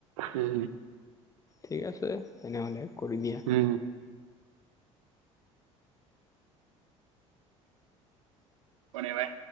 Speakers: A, on the right (about 75°); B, on the left (about 20°).
A: উম,
B: ঠিক আছে, তেনেহ'লে কৰি দিয়া।
A: উম কনে ভাই